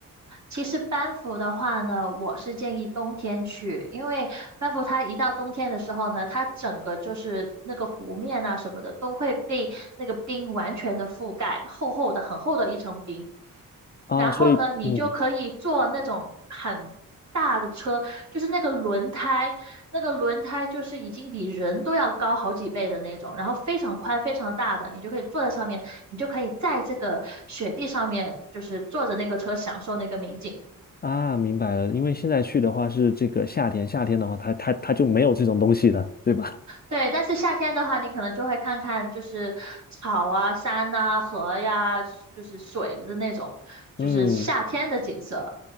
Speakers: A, on the right; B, on the left.
A: 其实班夫的话呢，我是建议冬天去，因为班夫它一到冬天的时候呢，它整个就是那个湖面啊什么的都会被那个冰完全的覆盖，厚厚的、很厚的一层冰。
B: 啊，
A: 然后呢，
B: 所以嗯
A: 你就可以坐那种很大的车，就是那个轮胎那个轮胎就是已经比人都要高好几倍的那种，然后非常宽、非常大的，你就可以坐在上面，你就可以在这个雪地上面，就是坐着那个车享受那个美景。
B: 啊，明白了，因为现在去的话是这个夏天，夏天的话它它它就没有这种东西了，对吧？
A: 对，但是夏天的话，你可能就会看看就是草啊、山呐、河呀，就是水的那种，就是夏天的景色。
B: <laughs> 嗯，